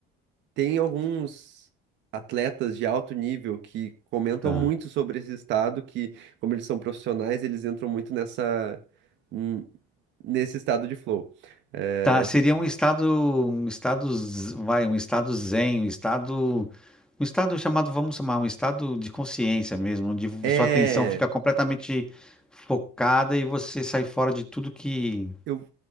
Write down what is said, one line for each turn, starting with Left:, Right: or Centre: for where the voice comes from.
Right: tem alguns atletas de alto nível que comentam
Centre: tá.
Right: muito sobre esse estado, que como eles são profissionais, eles entram muito nessa, n- nesse estado de flow. É,
Centre: Tá, seria um estado, um estado, z- vai, um estado zen, um estado, um estado chamado, vamos chamar, um estado de consciência mesmo, onde
Right: é,
Centre: sua atenção fica completamente focada e você sai fora de tudo que,
Right: Eu,